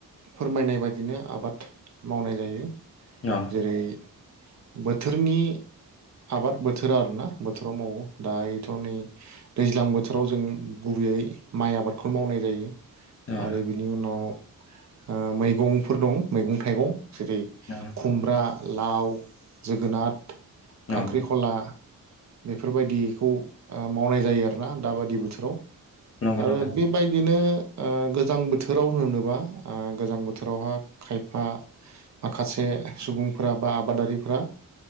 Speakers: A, on the right (about 50°); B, on the left (about 40°).
A: फोरमायनाय बायदिनो आबाद मावनाय जायो
B: न
A: जेरै बोथोरनि आबाद बोथोरा आरोना बोथोराव मावो दायोथ' नै दैज्लां बोथोराव जों गुबैयै माइ आबादखौनो मावनाय जायो
B: न
A: आरो बिनि उनाव। ओ मैगंफोर दं मैगं थाइगं। जेरै
B: न
A: खुमब्रा लाव जोगोनार
B: न
A: खांख्रिख'ला। बेफोरबायदिखौ ओ मावनाय जायो आरोना दाबाददि बोथोराव।
B: नंगौ
A: आरो
B: नंगौ
A: बेबायदिनो ओ गोजां बोथोराव होनोबा गोजां बोथोरावहा खायफा माखासे सुबुंफोरा बा आबादारिफोरा